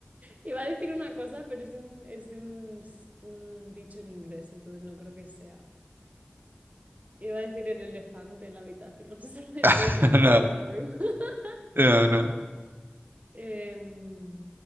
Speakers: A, on the right; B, on the right.
A: Iba a decir una cosa, pero es de un, es de un, s- un dicho en inglés, entonces no creo que sea. Iba a decir el elefante en la habitación, <laughs> ¿sabes?
B: <laughs>
A: The elephant
B: No.
A: in the room. <laughs>
B: No, no.
A: Em,